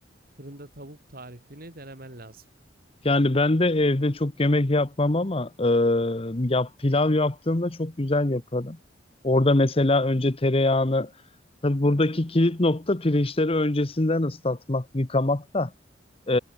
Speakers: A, on the right; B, on the left.
A: fırında tavuk tarifini denemen lazım.
B: Yani ben de evde çok yemek yapmam ama e, yap, pilav yaptığımda çok güzel yaparım. Orada mesela önce tereyağını tabii buradaki kilit nokta pirinçleri öncesinden ıslatmak, yıkamak da. E,